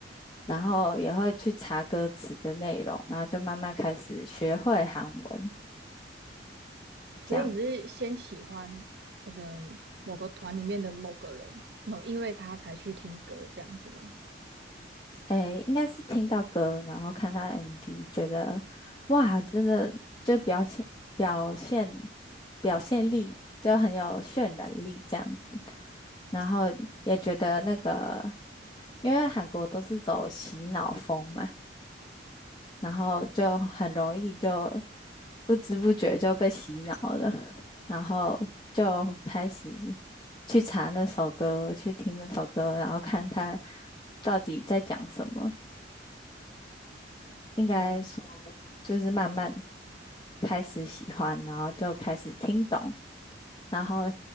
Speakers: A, on the left; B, on the right.
A: 然后也会去查歌词的内容，然后就慢慢开始学会韩文，
B: 所以你是先喜欢可能某个团里面的某个人，
A: 这样，
B: 然后因为他才去听歌这样子吗？
A: 诶，应该是听到歌，然后看到 MV，觉得哇，真的就表现表现表现力就很有渲染力，这样子。然后也觉得那个，因为韩国都是走洗脑风嘛，然后就很容易就不知不觉就被洗脑了，然后就开始去查那首歌，去听那首歌，然后看他到底在讲什么。应该说，
B: 哦，
A: 就是慢慢开始喜欢，然后就开始听懂。然后